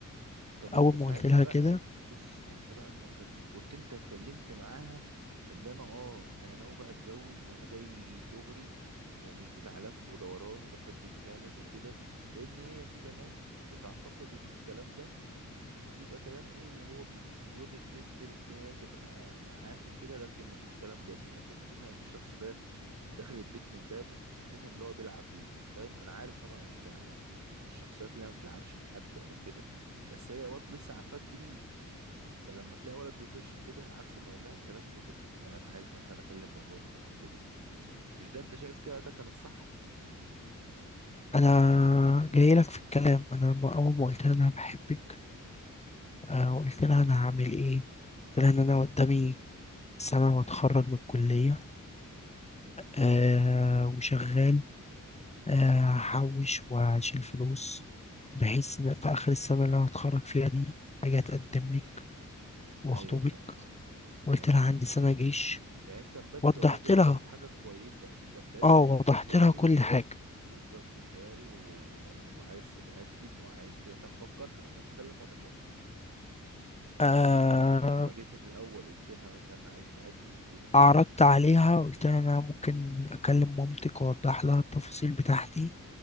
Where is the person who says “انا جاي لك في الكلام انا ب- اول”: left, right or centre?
Left